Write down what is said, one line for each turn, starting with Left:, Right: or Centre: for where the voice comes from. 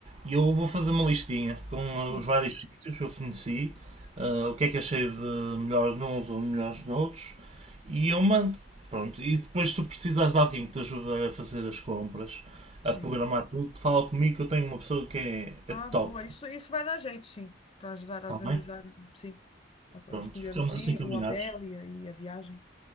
Right: Eu vou fazer uma listinha com
Left: Sim,
Right: ah, os vários sítios que eu conheci, ah, o que é que achei de melhores nuns ou melhores noutros, e eu mando. Pronto, e depois se tu precisas de alguém que te ajude a fazer as compras,
Left: sim.
Right: a programar tudo, fala comigo que eu tenho uma pessoa que é,
Left: Ah,
Right: é top,
Left: boa, isso, isso vai dar jeito, sim, para ajudar
Right: está
Left: a organizar,
Right: bem?
Left: sim, a,
Right: Pronto,
Left: a escolher
Right: ficamos
Left: o sítio,
Right: assim combinados.
Left: o hotel e a, e a viagem.